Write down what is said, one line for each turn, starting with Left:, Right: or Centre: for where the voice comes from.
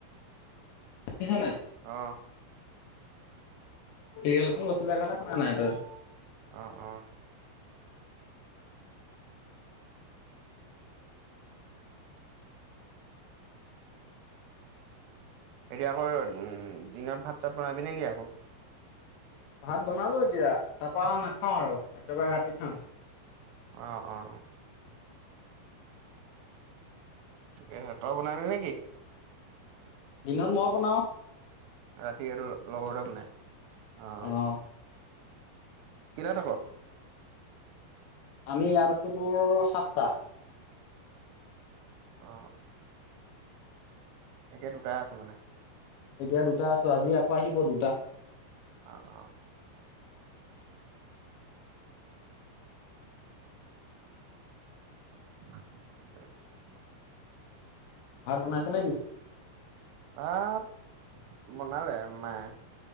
Left: ক <unintelligible>
Right: অহ।
Left: চিৰিয়েল খ গৈছিলে কাৰণে শুনা নাই তই।
Right: অ', অ', এতিয়া আকৌ উ দিনত ভাত চাত বনাবি নেকি আকৌ।
Left: ভাত বনালো এতিয়া তাৰপা নাখাওঁ আৰু একেবাৰে ৰাতি খাম।
Right: অ, ' অ, ' অ। ঠিক তই বনাইিল নেকি।
Left: দিনত মই বনাও।
Right: ৰাতি লগৰতোৱে বনাই অহ।
Left: অ
Right: কটা থাক।
Left: আমি ইয়াত আছো তোৰ সাতটা।
Right: আহ। এতিয়া দুটাই আছো মানে।
Left: এতিয়া দুটা আছো আজি আকৌ আহিব দুটা।
Right: অ, ' অ, ' <unintelligible>
Left: ভাত বনাইছে নেকি?
Right: ভাত বনালে মায়ে,